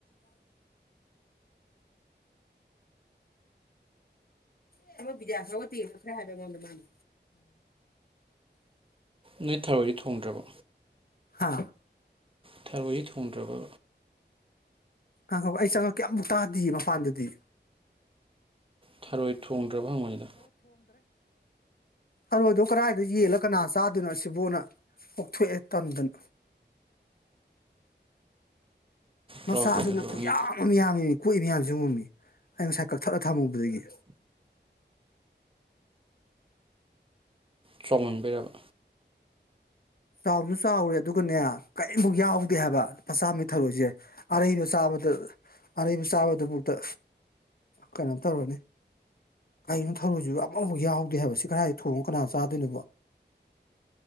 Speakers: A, on the left; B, on the right.
A: ꯑꯦ ꯑꯃꯣꯏ ꯕꯤꯗꯌꯥ ꯐꯥꯎꯒ ꯇꯦꯡꯕ ꯈꯔ ꯍꯥꯏꯕ ꯑꯩꯉꯣꯟꯗ ꯃꯥꯅꯦ
B: ꯅꯣꯏ ꯊꯥꯔꯣꯏꯗꯤ ꯊꯣꯡꯗ꯭ꯔꯕ
A: ꯍ
B: ꯊꯔꯣꯏꯁ ꯊꯣꯡꯗ꯭ꯔꯕ
A: ꯑ ꯑꯩ ꯆꯪꯉꯛꯀꯦꯃꯨꯛ ꯇꯥꯗꯤ ꯃꯄꯥꯟꯗꯗꯤ
B: ꯊꯥꯔꯣꯏꯠ ꯊꯣꯡꯗ꯭ꯔꯕ ꯍꯪꯉꯣꯏꯗ
A: ꯐꯔꯣꯏꯗꯣ ꯀꯗꯥꯏꯗ ꯌꯦꯜꯂ ꯀꯅꯥ ꯆꯥꯗꯣꯏꯅꯣ ꯁꯤꯕꯣꯅ ꯀꯣꯛꯊꯣꯛꯑꯦ ꯇꯝꯗꯅꯣ ꯃꯆꯥꯥꯁꯤꯅ
B: ꯆꯥꯎꯈ꯭ꯔꯦ ꯑꯗꯣ
A: ꯀ
B: ꯃꯤ
A: ꯌꯥꯝ ꯑꯃ ꯃ ꯌꯥꯝꯃꯤꯃꯤ ꯀꯣꯏꯏꯕ ꯃꯌꯥꯝꯁꯨ ꯎꯝꯃꯤ ꯑꯩ ꯉꯁꯥꯏ ꯀꯛꯊꯠꯂ ꯊꯝꯃꯨꯕꯗꯒꯤ
B: ꯆꯥꯎꯣꯡꯃꯟꯕꯤꯔꯕ
A: ꯆꯥꯎꯕꯁꯨ ꯆꯥꯎꯔꯦ ꯑꯗꯨꯒꯅꯦ ꯀꯔꯤꯝꯐꯥꯎ ꯌꯥꯎꯗꯦ ꯍꯥꯏꯕ ꯃꯆꯥꯝꯃ ꯊꯧꯔꯣꯏꯁꯦ ꯑꯔꯩꯕ ꯆꯥꯕꯗ ꯑꯔꯩꯕ ꯆꯥꯕꯗꯨꯐꯥꯎꯗ ꯀꯩꯅꯣꯝ ꯇꯧꯔꯅꯤ ꯀꯔꯤꯕ ꯊꯧꯔꯣꯏꯁꯤ ꯑꯃꯐꯥꯎ ꯌꯥꯎꯗꯦ ꯍꯥꯏꯕ ꯁꯤ ꯀꯗꯥꯏꯗ ꯊꯣꯡꯉ ꯀꯅꯥ ꯆꯥꯗꯣꯏꯅꯣꯕ